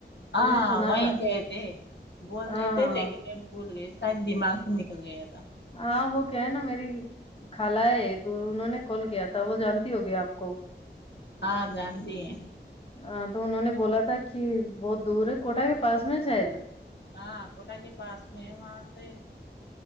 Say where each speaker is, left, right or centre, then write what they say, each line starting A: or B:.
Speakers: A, on the left; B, on the left.
A: ہاں
B: میں نے سنا
A: وہیں
B: تھا
A: گئے تھے بول
B: ہاں ہاں
A: رہے تھے لیکن میں بھول گئی شاید دماغ سے نکل گیا تھا
B: ہاں وہ کیا ہے نا میری خال ہے ایک انہوں نے کال کیا تھا وہ جانتی ہوگی آپ کو
A: ہاں جانتی ہیں
B: ہاں تو انہوں نے بولا تھا کہ بہت دور ہے کوٹہ کے پاس میں شاید
A: ہاں کوٹا کے پاس میں ہے وہاں سے